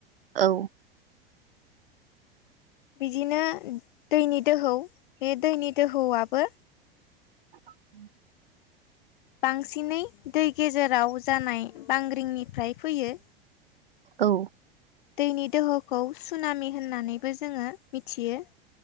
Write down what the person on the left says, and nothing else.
बिदिनो दैनि दोहौ बे दैनि दोहौआबो
बांसिनै दै गेजेराव जानाय बांग्रिंनिफ्राय फैयो
दैनि दोहोखौ सुनामि होननानैबो जोङो मिथियो